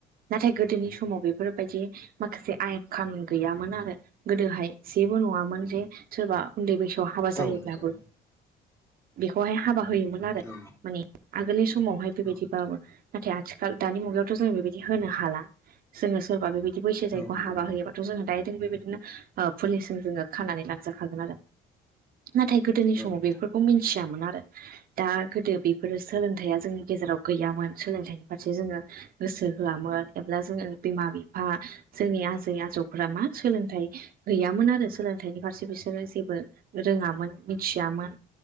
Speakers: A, on the right; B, on the left.
A: नाथाय गोदोनि समाव बेफोरबायदि माखासे आयेन खानुन गैयामोन आरो। गोदोहाय जेबो नङामोन जे सोरबा उन्दै बैसोआव हाबा जायोब्लाबो
B: औ नंगौ
A: बेखौहाय हाबा होयोमोन आरो
B: औ
A: माने आगोलनि समावहाय बेबायदिबाबो।
B: औ नोंथां
A: नाथाय आथिखाल दानि मुगायावथ' जों बेबायदि होनो हाला जोङो सोरबा बेबायदि बैसो जायैखौ
B: औ नंगौ
A: हाबा
B: नोंथां
A: होयो। जोंङो दायो बेबायदिनो पुलिससिम जोङो खानानै ला जाखागोन आरो नाथाय गोदोनि
B: औ
A: समाव
B: नोंथां
A: बेफोरखौ मिथियामोन आरो। दा गोदो बेफोरो सोलोंथाइया जोंनि गेजेराव गैयामोन। सोलोंथाइनि फारसे जोङो गोसो होआमोन एब्ला जोङो बिमा बिफा जोंनि आजै आजौफोरा मा सोलोंथाइ गैयामोन आरो सोलोंथाइनि फारसे बिसोरो जेबो रोङामोन मिथियामोन